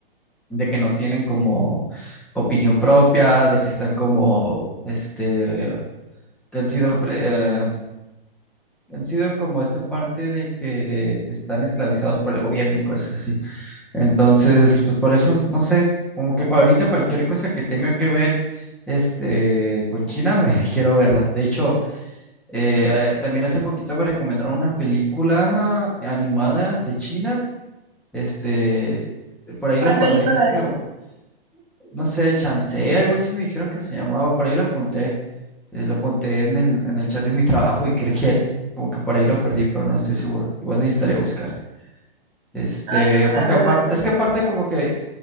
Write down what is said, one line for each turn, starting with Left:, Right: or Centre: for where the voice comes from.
Centre: De que no tienen como opinión propia, de que están como, este, que han sido pre- eh, Han sido como esta parte de que están esclavizados por el gobierno y cosas así. Entonces, pues por eso, no sé, como que ahorita cualquier cosa que tenga que ver este, con China, me <laughs> quiero verla. De hecho, eh, eh, también hace poquito me recomendaron una película animada de China. Este, por ahí
Right: ¿Cuál
Centre: la guardé,
Right: película
Centre: creo que
Right: es?
Centre: la guardé. No sé, Chancé, algo así me dijeron que se llamaba, por ahí la apunté. Eh, lo apunté en el, en el chat de mi trabajo y creo que como que por ahí lo perdí, pero no estoy seguro. Igual necesitaría buscar. Este,
Right: Ay, no, la
Centre: porque
Right: verdad,
Centre: apar-
Right: yo
Centre: es
Right: no
Centre: que aparte
Right: sé cuál.
Centre: como que